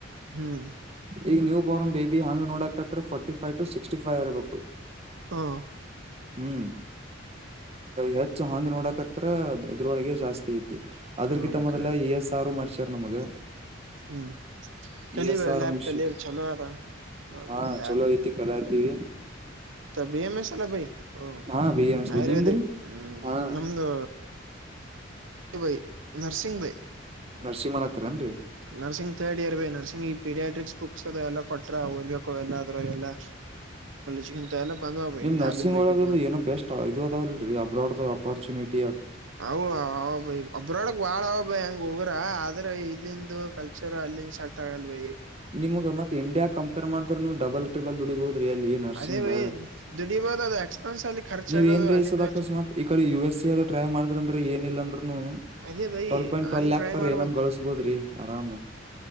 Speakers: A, on the right; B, on the right.
A: ಹ್ಮ್
B: ಈಗ ನೀವು ಬಾರ್ನ್ ಬೇಬಿಂಗ ಆಂಗ್ ನೋಡಕತ್ತತ್ರ forty five to sixty five ಇರಬೇಕು
A: ಹಾ
B: ಹ್ಮ್ ಹೆಚ್ ಹಂಗ್ ನೋಡಕತ್ರ ಇದ್ರೊಳಗೆ ಜಾಸ್ತಿ ಐತಿ ಅದ್ರಕಿಂತ
A: ಹಾ ರೀ
B: ಮೊದಲ
A: ಕರೆಕ್ಟ್
B: ಎ ಎಸ್ ಸಾರು ಮಾಡ್ಸಾರ ನಮಗ
A: ಹ್ಮ್ ಕಲಿ
B: ಇ ಎಸ್
A: ಬರ್
B: ಆರ್
A: ಲ್ಯಾಬ್
B: ಮುಗಿಸಿ
A: ಲ ಕಲಿಯಾರ್ ಚಲೋ ಆರ
B: ಹಾ
A: ಇ
B: ಚಲೋ ಐತಿ ಕಲಾತೀವಿ
A: ಬಮಸಲ್ಲ ಬ ಹ್ಮ
B: ಹಾ ಬಿ ಎಂ ಎಸ್
A: ಆಯುರ್ವೇದಿಕ್
B: ಬಿ ನಿಮ್ದ್ರಿ
A: ಹ್ಮ್
B: ಹಾ
A: ನಮ್ದು ಬೈ ನರಸಿಂಗ್ ಭೈ
B: ನರಸಿಂಗ್ ಮಾಡ ಹತ್ತರ ಏನ್ರರಿ
A: ನರ್ಸಂಗ್ ತರ್ಡ್ ಇಯರ್ ಪೇ ನರ್ಸಿಂಗ ಪೀಡಿಯಾಟ್ರಿಕ್ಸ್ ಬುಕ್ಸ್ ಅ ಎಲ್ಲ ಕೊಟ್ರ ಓದ್ಬೇಕು ಎಲ್ಲ್ರ ಅದರಾಗ ಎಲ್ಲ ಚಿಕನ್ ತಲ್ಲ ಬಂದಬ
B: ನಿಮ್ ನರ್ಸಿಂಗ್
A: ಬೇಕಿ
B: ಒಳಗದು ಏನೋ ಬೆಸ್ಟ್ ಇದು ಅದವಲ್ ರಿ ಅಬ್ರೋಡ್ ಒಪ್ಪುರ್ಟುನಿಟಿ
A: ಹೌ ಹ ಭೈ ಒಬ್ರೊಡಗ್ ಬಾಳ ಅವ ಭಯಿ ಹಂಗ ಉಗ್ರ ಆದ್ರ ಇಲ್ಲಿಂದು ಕಲ್ಚರ್ ಅಲ್ಲಿನ್ ಸಕ್ಟ್ ಆಗಲ್ ಭಯ
B: ನಿಮಗ್ ಮತ್ತೆ ಇಂಡಿಯಾ ಕಂಪೇರ್ ಮಾಡಿದ್ರೆ ನೀವು ಡಬಲ್ ದುಡಿಬಹದ್ರಿ ಅಲ್ಲಿ ನರ್ಸಿಂಗ್
A: ಅದೇ ಬೈ ದುಡಿಬೋದ ಅದು ಎಕ್ಸ್ಪೆನ್ಸ್ ಅಲ್ಲಿ ಖರ್ಚಾಗೋದು
B: ನೀವ ಏನ್ ರೀಸೋದ
A: ಅಲ್ಲಿಂದ ವೆಚ್ಚ
B: ಅಕಸ್ಮತ್ ಈ ಕಡೆ ಯು ಎಸ್ ಎ ಯ್ ಟ್ರೈ ಮಾಡ್ರ ಅಂದ್ರೆ ಏನಿಲ್ಲ ಅಂದ್ರೂನು
A: ಅದೇ ಬೈ
B: ಟ್ವೆಲ್ ಪಾಯಿಂಟ್ ಟ್ವಲ್
A: ಹಂಗ್
B: ಲಾಕ್
A: ಟ್ರೈ
B: ಪೇರ್
A: ಮಾಡ್ಬೋದ
B: ಅನ್ನುಂ ಗಳಿ ಬೋದ್ರಿ ಆರಾಮ